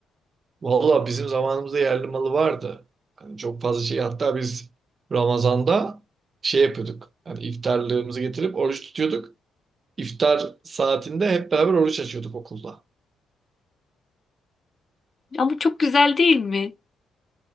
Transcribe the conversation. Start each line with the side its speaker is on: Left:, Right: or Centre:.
Right: Valla bizim zamanımızda yerli malı vardı. Hani çok fazla şey hatta biz Ramazan'da şey yapıyorduk. Hani iftarlığımızı getirip oruç tutuyorduk. İftar saatinde hep beraber oruç açıyorduk okulda.
Left: Ama çok güzel değil mi?